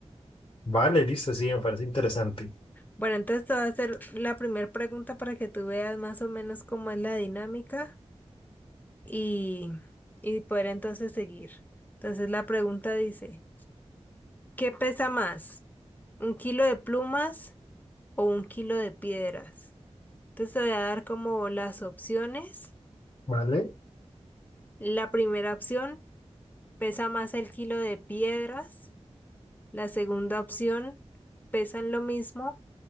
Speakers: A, on the left; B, on the left.
A: Vale, listo, sí, me parece interesante.
B: Bueno, entonces te voy a hacer la primera pregunta para que tú veas más o menos cómo es la dinámica y, y poder entonces seguir. Entonces la pregunta dice, ¿qué pesa más? ¿Un kilo de plumas o un kilo de piedras? Entonces te voy a dar como las opciones.
A: Vale,
B: La primera opción, pesa más el kilo de piedras. La segunda opción, pesan lo mismo.